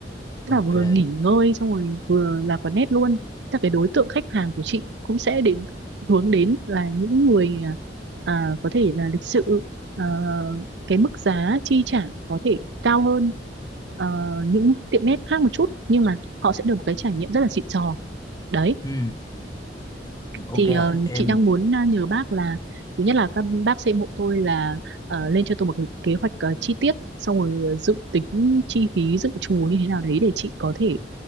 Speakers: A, on the right; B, on the left.
A: Tức
B: ok
A: là vừa nghỉ
B: chị.
A: ngơi xong rồi vừa là quán nét luôn chắc cái đối tượng khách hàng của chị cũng sẽ đến hướng đến là những người à, có thể là lịch sự à, cái mức giá chi trả có thể cao hơn à, những tiệm nét khác một chút nhưng mà họ sẽ được một cái trải nghiệm rất là xịn sò đấy
B: ừ, ok
A: thì ờ,
B: em
A: chị đang muốn à, nhờ bác là thứ nhất là các bác sẽ hộ tôi là ờ, lên cho tôi một cái kế hoạch ờ, chi tiết xong rồi dự tính chi phí dự trù như thế nào đấy để chị có thể